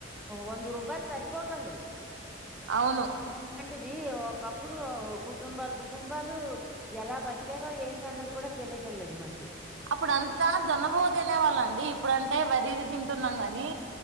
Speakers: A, in the centre; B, on the right (about 80°).
A: వంద రూపాయలు సరిపోవటం లేదు
B: అవును
A: ఇది ఒకప్పుడు కుటుంబాలు కుటుంబాలు ఎలా బతికారో ఏంట అన్నది కూడా తెలియటం లేదు మనకి
B: అప్పుడ అంతా జొన్నబోవ తినే వాళ్ళ అండి ఇప్పుడుంటే వరి ఇది తింటున్నాం కానీ